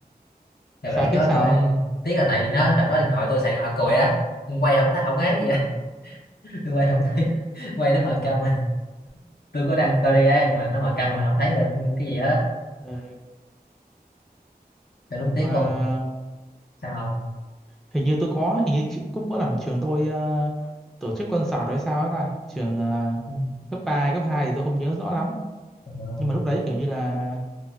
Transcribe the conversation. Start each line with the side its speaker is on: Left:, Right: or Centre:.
Left: đợt
Centre: Sao
Left: đấy
Centre: tiếc
Left: kiểu
Centre: sao
Left: tôi tiếc là tại vì nó đợt đó điện thoại tôi xài điện thoại cùi á quay không thấy không ấy gì á. <laughs> tôi quay không thấy
Centre: không? <laughs>
Left: quay nó mờ câm á. tôi có đăng story ấy mà nó mờ câm mà không thấy được cái gì hết á
Centre: Ờ,
Left: Trời đúng tiếc
Centre: Mà
Left: luôn sao không
Centre: hình như tôi có hình như chị- cũng có lần trường tôi ờ, tổ chức concert hay sao ấy là trường ờ,
Left: Ừ.
Centre: cấp 3 cấp 2 thì tôi không nhớ rõ lắm.
Left: Ờ.
Centre: Nhưng mà lúc đấy kiểu như là